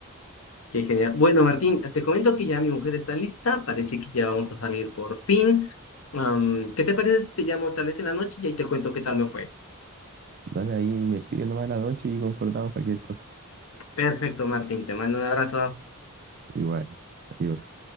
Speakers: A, on the left; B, on the right.
A: Qué genial. Bueno, Martín, te comento que ya mi mujer está lista, parece que ya vamos a salir por fin. Am, ¿qué te parece si te llamo tal vez en la noche y ahí te cuento qué tal me fue?
B: Dale ahí, me escribes nomás en la noche y concordamos cualquier cosa.
A: Perfecto, Martín, te mando un abrazo.
B: Igual, adiós.